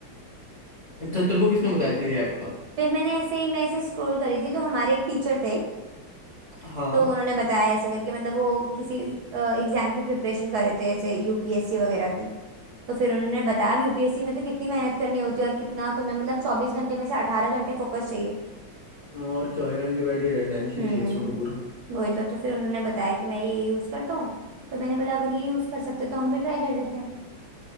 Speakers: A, on the left (about 45°); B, on the right (about 70°).
A: अच्छा तेरे को किसने बताया था ये ऐप का
B: फिर मैंने ऐसे ही मैं ऐसे स्क्रॉल करी थी तो हमारे एक टीचर थे
A: हाँ
B: तो उन्होंने बताया ऐसे करके मतलब वो किसी एग्जाम की प्रिपरेशन कर रहे थे ऐसे यूपीएससी वगैरह की तो फिर उन्होंने बताया अब यूपीएससी में तो कितनी मेहनत करनी होती है और कितना तुम्हें मतलब चौबीस घंटे में से अठारह घंटे फोकस चाहिए
A: और क्या हो यार अनडिवाइडेड अटेंशन
B: हम्म
A: चाहिए उसमें तो पूरा
B: वही तो तो फिर उन्होंने बताया कि मैं ये यूज करता हूँ तो मैंने बोला अगर ये यूज कर सकते हो तो हम भी ट्राई कर लेते हैं